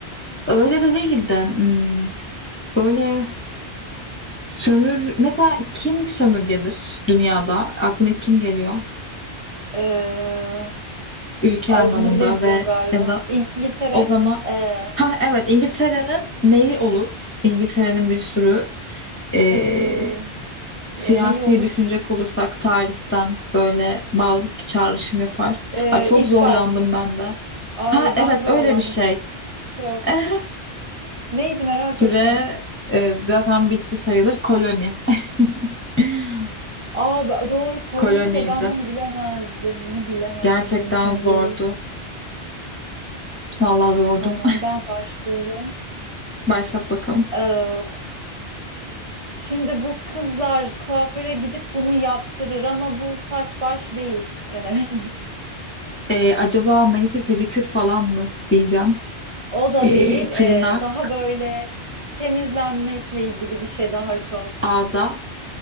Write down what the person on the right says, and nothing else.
Ee,
ay
bunu bilemeyeceğim
galiba.
İngiltere.
Ee,
e,
e, neyi olur?
Ee,
işgal.
Ay
ben
zorlandım.
Kusura
Neydi merak
ettim.
Aa be- doğru koloni
de ben bunu bilemezdim. Bunu bilemezdim
mümkün
değil.
Tamam ben başlıyorum.
Ee, şimdi bu kızlar kuaföre gidip bunu yaptırır ama bu saç baş değil. Ee,
<laughs> o da
değil.
Ee, daha böyle temizlenmekle ilgili bir şey daha çok.